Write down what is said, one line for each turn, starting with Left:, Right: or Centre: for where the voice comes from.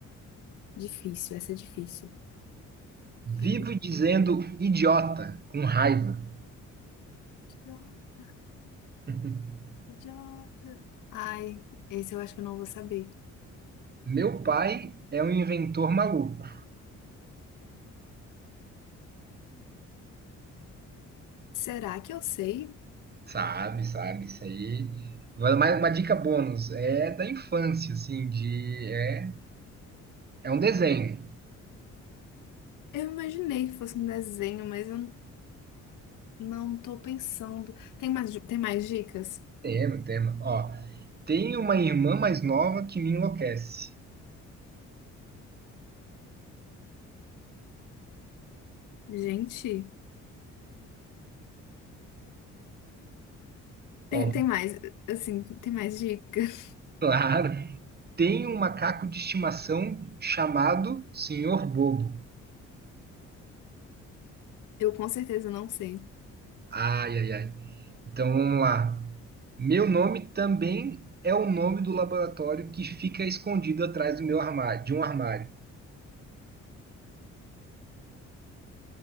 Left: Difícil, essa é difícil.
Right: Vivo
Left: Deixa eu ver.
Right: dizendo idiota, com raiva.
Left: Idiota.
Right: <laughs>
Left: idiota. Ai, esse eu acho que eu não vou saber.
Right: Meu pai é um inventor maluco.
Left: Será que eu sei?
Right: Sabe, sabe, isso aí. Vai Mais uma dica bônus. É da infância, assim, de. É, é um desenho.
Left: Eu imaginei que fosse um desenho, mas eu não não tô pensando. Tem mais, di- tem mais dicas?
Right: Tema, tema. Ó, tem uma irmã mais nova que me enlouquece.
Left: Gente, tem,
Right: Ó,
Left: tem mais, assim, tem mais dica? <laughs>
Right: claro. Tem um macaco de estimação chamado Senhor Bobo.
Left: Eu com certeza não sei.
Right: Ai, ai, ai. Então vamos lá. Meu nome também é o nome do laboratório que fica escondido atrás do meu armário, de um armário.